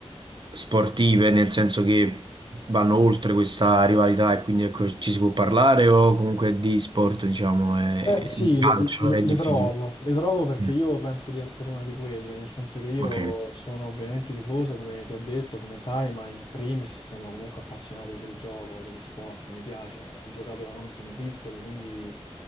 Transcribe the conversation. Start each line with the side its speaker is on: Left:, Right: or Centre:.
Right: sportive, nel senso che vanno oltre questa rivalità e quindi ecco, ci si può parlare o comunque di sport, diciamo, è-
Left: Beh, sì,
Right: di calcio
Left: le, le-
Right: è
Left: le
Right: difficile.
Left: trovo, le trovo perché
Right: Mm.
Left: io penso di essere una di quelle, nel senso che io
Right: Ok.
Left: sono ovviamente tifoso, come ti ho detto, come sai, ma in primis sono comunque appassionato del gioco, dello sport, mi piace, ho giocato da quando sono piccolo, quindi